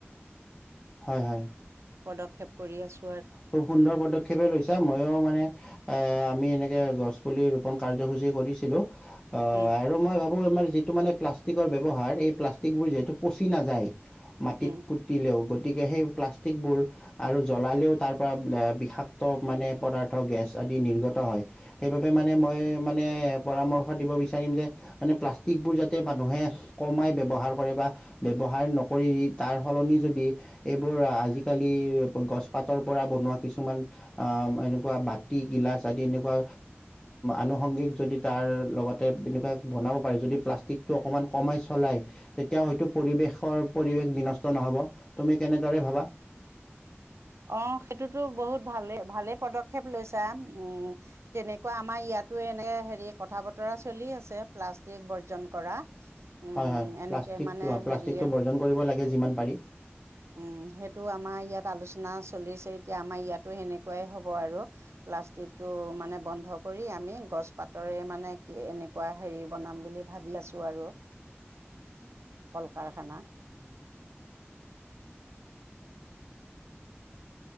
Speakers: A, on the left; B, on the right.
A: হয় হয়।
B: পদক্ষেপ কৰি আছো
A: খুব সুন্দৰ পদক্ষেপে কৈছা, মইয়ো মানে এ আমি এনেকে গছ পুলি ৰোপন কাৰ্যসূচী কৰিছিলো অঁ
B: উম
A: আৰু মই ভাবো <unintelligible> আমাৰ যিটো মানে প্লাষ্টিকৰ ব্যৱহাৰ এই প্লাষ্টিকবোৰ যিহেতু পচি নাযায় মাটিত
B: উম।
A: পুতিলেও গ গতিকে সেই প্লাষ্টিকবোৰ আৰু জ্বলালেও তাৰ পৰা বিষাক্ত মানে পদাৰ্থ গেছ আদি নিৰ্গত হয় সেইবাবে মানে মই মানে পৰামৰ্শ দিব বিচাৰিম যে মানে প্লাষ্টিকবোৰ যাতে মানুহে কমাই ব্যৱহাৰ কৰে বা ব্যৱহাৰ নকৰি তাৰ সলনি যদি এইবোৰ আজিকালি গছপাত <unintelligible> পৰা বনোৱা কিছুমান এনেকুৱা বাতি গিলাচ আদি এনেকুৱা আনুসংগিক যদি তাৰ লগতে এনেকোৱা বনাব পাৰে য প্লাষ্টিকটো অকমান কমাই চলাই, তেতিয়া হয়টো পৰিবেশৰ পৰিবেশ বিনষ্ট নহ'ব, তুমি কেনেদৰে ভাবা।
B: অঁ সেইটোতো বহুত ভালেই -ভালেই পদক্ষেপ লৈছা উম, তেনেকুৱা আমাৰ ইয়াতো এনেকৈ হেৰি কথা বতৰা চলি আছে প্লাষ্টিক বৰ্জন কৰা। উম
A: হয় হয়
B: এনেকে
A: প্লাষ্টিকটো
B: মানে
A: প্লাষ্টিকটো
B: হেৰিয়ে,
A: বৰ্জন কৰিব লাগে যিমান পাৰি
B: উম সেইটো আমাৰ ইয়াত আলোচনা নাওঁ চলিছে এতিয়া আমাৰ ইয়াতো সেনেকুৱাই হ'ব আৰু প্লাষ্টিকটো মানে বন্ধ কৰি আমি গছ পাতৰে মানে এনেকুৱা হেৰি বনাম বুলি ভাবি আছো আৰু কল কাৰখানা।